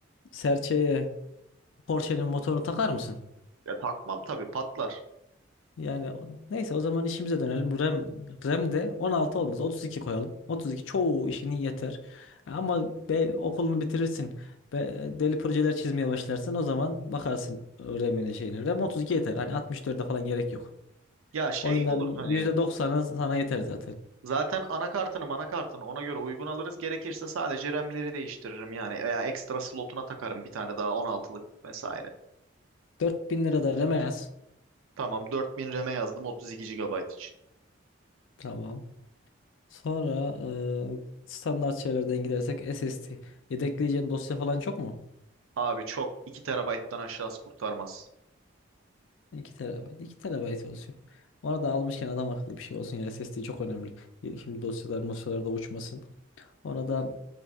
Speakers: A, on the left; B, on the right.
A: e, serçeye Porsche'nin motorunu takar mısın?
B: Ya takmam tabii patlar.
A: Yani o- neyse o zaman işimize dönelim. Bu RAM, RAM de 16 olmaz. 32 koyalım. 32 çoğu işini yeter. Ama be, okulunu bitirirsin. Be, deli projeler çizmeye başlarsın. O zaman bakarsın RAM'ine şeyine. RAM 32 yeter. Hani 64'e falan gerek yok.
B: Ya şey
A: Oyunların
B: olur hani
A: %90'ı sana yeter zaten.
B: zaten anakartını manakartını ona göre uygun alırız. Gerekirse sadece RAM'leri değiştiririm yani veya ekstra slotuna takarım bir tane daha 16'lık vesaire.
A: 4000 lira da RAM'e yaz.
B: Tamam 4000 RAM'e yazdım 32 gigabayt için.
A: Tamam. Sonra e, standart şeylerden gidersek SSD. Yedekleyeceğin dosya falan çok mu?
B: Abi çok 2 TB'dan aşağısı kurtarmaz.
A: 2 terabayt. 2 terabayt olsun. Ona da almışken adam akıllı bir şey olsun. Yani SSD çok önemli. E, Şimdi dosyalar mosyalar da uçmasın. Ona da